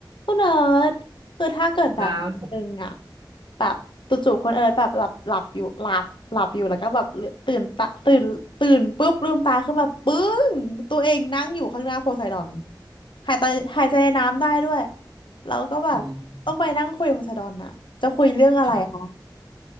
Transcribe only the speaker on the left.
คุณเอิร์ธคือถ้าเกิดแบบวันหนึ่งอะ
แบบจู่ๆคุณเอิร์ธแบบหลับหลับอยู่หลับหลับอยู่แล้วก็แบบลืมตื่นตาตื่นตื่นปุ๊บลืมตาขึ้นมาปึ้งตัวเองนั่งอยู่ข้างหน้าโพไซดอนหายใจหายใจน้ำได้ด้วยแล้วก็แบบต้องไปนั่งคุยกับโพไซดอนนะจะคุยเรื่องอะไรคะ